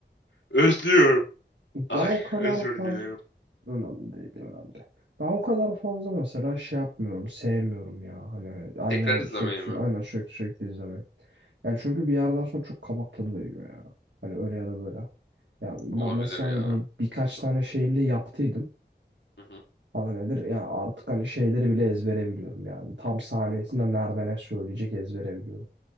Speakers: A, on the left; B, on the right.
A: özlüyorum. Ay
B: Ben o kadar
A: <laughs> özür
B: fazla
A: dilerim.
B: önemli değil önemli. değil. Ben o kadar fazla mesela şey yapmıyorum sevmiyorum ya hani aynen
A: Tekrar izlemeyi
B: sürekli sürekli
A: mi?
B: aynen sürekli sürekli izlemeyi. Yani çünkü bir yerden sonra çok kabak tadı veriyor ya. Hani öyle ya da böyle. Ya ben
A: Olabilir
B: mesela
A: ya.
B: hani bunu birkaç tane şeyimde yaptıydım.
A: Hı hı.
B: Adı nedir? Ya artık hani şeyleri bile ezbere biliyorum yani. Tam sahnesinde nerede ne söyleyecek ezbere biliyorum.